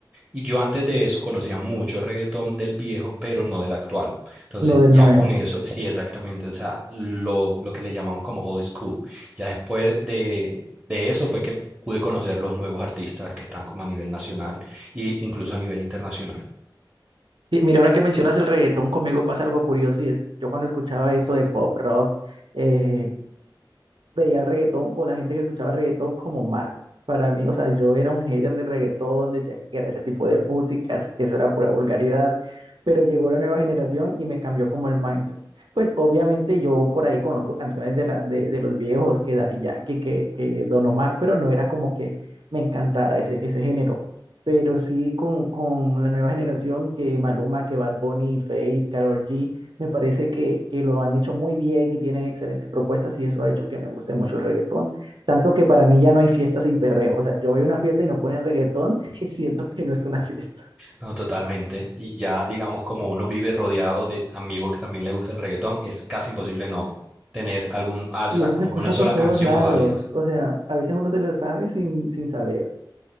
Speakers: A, on the right; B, on the right.
A: Y yo antes de eso conocía mucho reggaetón del viejo, pero no del actual. Entonces
B: lo del
A: ya
B: nuevo.
A: con eso, sí, exactamente, o sea, lo, lo que le llamamos como old school. Ya después de, de eso fue que pude conocer los nuevos artistas que están como a nivel nacional e incluso a nivel internacional.
B: Y mira, ahora que mencionas el reggaetón, conmigo pasa algo curioso y es que yo cuando escuchaba eso de pop rock, eh, veía el reggaetón o la gente que escuchaba reggaetón como mal. Para mí, o sea, yo era un hater de reggaetón, decía que era ese tipo de músicas, que eso era pura vulgaridad, pero llegó la nueva generación y me cambió como el mindset. Pues obviamente yo por ahí conozco canciones de, la, de, de los viejos, que Daddy Yankee, que, que Don Omar, pero no era como que me encantara ese, ese género. Pero sí con, con la nueva generación, que Maluma, que Bad Bunny, Feid, Karol G, me parece que, que lo han hecho muy bien y tienen excelentes propuestas y eso ha hecho que me guste mucho el reggaetón. Tanto que para mí ya no hay fiesta sin perreo. O sea, yo voy a una fiesta y no ponen reggaetón <laughs> y siento que no es una fiesta.
A: No, totalmente. Y ya digamos como uno vive rodeado de amigos que también le gusta el reggaetón, es casi imposible no tener algún alza
B: Y eso
A: como
B: se escucha
A: una sola
B: por todos
A: canción
B: lados.
A: o varias.
B: O sea, a veces uno se lo sabe sin, sin saber.